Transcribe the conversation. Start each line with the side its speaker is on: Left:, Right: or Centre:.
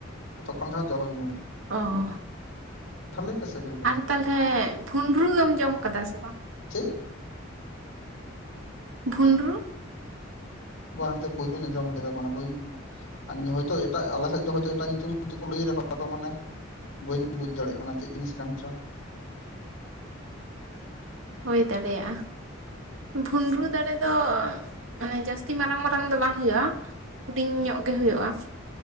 Left: ᱛᱚᱠᱷᱚᱱ ᱦᱟᱜ ᱡᱚᱢ ᱦᱳᱭ ᱞᱮᱱᱟ
Right: ᱚ
Left: ᱵᱷᱟᱞᱮ ᱜᱮ ᱥᱮᱵᱤᱞ
Right: ᱟᱨ ᱛᱟᱞᱦᱮ ᱵᱷᱩᱨᱢᱩᱨᱩ ᱫᱚᱢ ᱡᱚᱢ ᱠᱟᱫᱟ ᱥᱮ ᱵᱟᱝ
Left: ᱪᱮ
Right: ᱵᱦᱩᱱᱰᱨᱩ
Left: ᱵᱟᱝ ᱜᱮ ᱯᱳᱭᱞᱩ ᱟᱡᱚᱢ ᱠᱮᱫᱟ ᱵᱟᱱᱮ ᱵᱟᱹᱧ ᱦᱚᱭᱛᱳ ᱮᱴᱟᱜ ᱟᱞᱮᱥᱮᱫ ᱫᱚᱭ ᱮᱴᱟᱜ ᱧᱩᱛᱩᱢ ᱛᱮᱠᱚ ᱞᱟᱹᱭ ᱨᱮᱦᱚᱸ ᱟᱫᱚ ᱢᱟᱱᱮ ᱼᱼ ᱵᱟᱹᱧ ᱵᱩᱡᱽ ᱫᱟᱲᱮᱜ ᱠᱟᱱᱟ ᱪᱮᱫ ᱡᱤᱱᱤᱥ ᱠᱟᱱ ᱪᱚ?
Right: ᱦᱩᱭ ᱫᱟᱲᱮᱭᱟᱜᱼᱟ। ᱵᱷᱩᱱᱨᱩ ᱫᱟᱨᱮ ᱫᱚ ᱢᱟᱱᱮ ᱡᱟᱹᱥᱛᱤ ᱢᱟᱨᱟᱝ ᱢᱟᱨᱟᱝ ᱫᱚ ᱵᱟᱝ ᱦᱩᱭᱩᱜᱼᱟ। ᱦᱩᱰᱤᱧ ᱧᱚᱜ ᱜᱮ ᱦᱩᱭᱩᱜᱼᱟ᱾